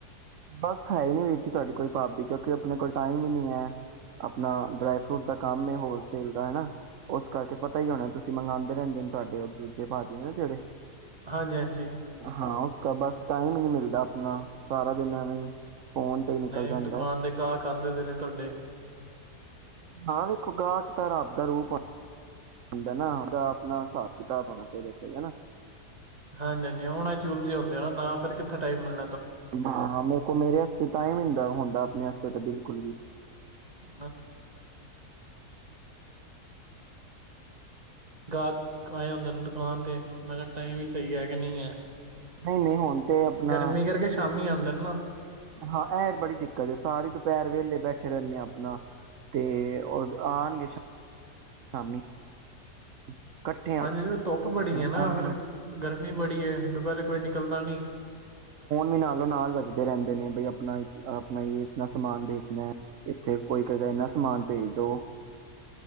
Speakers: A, on the right; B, on the right.
A: ਬਸ ਹੈ ਹੀ ਨੀ ਵੀਰ ਜੀ ਤੁਹਾਡੀ ਕੋਈ ਭਾਬੀ ਕਿਉਂਕਿ ਆਪਣੇ ਕੋਲ ਟਾਈਮ ਹੀ ਨਹੀਂ ਹੈ ਆਪਣਾ ਡਰਾਈ ਫਰੂਟ ਦਾ ਕੰਮ ਹੋਲਸੇਲ ਦਾ ਹੈਨਾ ਉਸ ਕਰਕੇ ਪਤਾ ਹੀ ਹੋਣਾ ਤੁਸੀਂ ਮੰਗਵਾਂਦੇ ਰਹਿੰਦੇ ਤੁਹਾਡੇ ਉਹ ਦੂਜੇ ਭਾਜੀ ਜਿਹੜੇ
B: ਹਾਂਜੀ ਹਾਂਜੀ
A: ਹਾਂ ਬਸ ਟਾਈਮ ਹੀ ਨੀ ਮਿਲਦਾ ਆਪਣਾ ਸਾਰਾ ਦਿਨ ਐਵੇਂ ਫੋਨ ਤੇ ਹੀ ਨਿਕਲ
B: ਨਹੀਂ
A: ਜਾਂਦਾ
B: ਦੁਕਾਨ
A: ਹੈ
B: ਦੇ ਗਾਹਕ ਆਂਦੇ ਨੇ ਤੁਹਾਡੇ
A: ਹਾਂ, ਦੇਖੋ ਗਾਹਕ ਤਾਂ ਰੱਬ ਦਾ ਰੂਪ ਹੁੰਦਾ ਨਾ ਉਹਦਾ ਆਪਣਾ ਹਿਸਾਬ ਕਿਤਾਬ ਹੋਣਾ ਚਾਹੀਦਾ ਸਹੀ ਹਨਾ
B: ਹਾਂਜੀ ਹਾਂਜੀ ਆਣਾ ਸ਼ੁਰੂ ਚ ਹੁੰਦੇ ਨਾ ਤਾਂ ਫੇਰ ਕਿੱਥੇ ਟਾਈਮ ਮਿਲ
A: ਹਾਂ ਮੇਰੇ ਕੋਲ ਮੇਰੇ ਵਾਸਤੇ ਹੀ ਟਾਈਮ ਹੁੰਦਾ ਆਪਣੇ ਤਾਂ ਬਿਲਕੁਲ ਵੀ
B: <unintelligible> ਗਾਹਕ ਆਇਆ ਹੁੰਦਾ ਦੁਕਾਨ ਤੇ ਮੈਂ ਕਿਹਾ ਟਾਈਮ ਵੀ ਸਹੀ ਹੈ ਕਿ ਨਹੀਂ ਹੈ
A: ਨਹੀਂ ਨਹੀਂ ਹੁਣ ਤੇ ਆਪਣਾ
B: ਗਰਮੀ ਕਰਕੇ ਸ਼ਾਮੀ ਆਂਦਾ <unintelligible>
A: ਹਾਂ ਐ ਬੜੀ ਦਿੱਕਤ ਹੈ ਸਾਰੇ ਦੁਪਹਿਰ ਵੇਲੇ ਬੈਠੇ ਰਹਿੰਦੇ ਆ ਆਪਣਾ ਤੇ ਆਣਗੇ ਸ਼ਾਮੀ <unintelligible> ਫੋਨ
B: ਹਾਂਜੀ ਉਹ ਧੁੱਪ ਬੜੀ ਹੈ ਨਾ ਫਿਰ ਗਰਮੀ ਬੜੀ ਹੈ ਦੁਪਹਿਰੇ ਕੋਈ ਨਿਕਲਦਾ ਨਹੀਂ
A: ਵੀ ਨਾਲੋਂ ਨਾਲ ਵੱਜਦੇ ਰਹਿੰਦੇ ਨੇ ਬ ਆਪਣਾ ਆਪਣਾ ਹੀ ਇਨਾ ਸਮਾਨ ਵੇਚਣਾ ਇੱਥੇ ਕੋਈ ਕੇਹੇਗਾ ਇਨਾ ਸਮਾਨ ਭੇਜ ਦੋ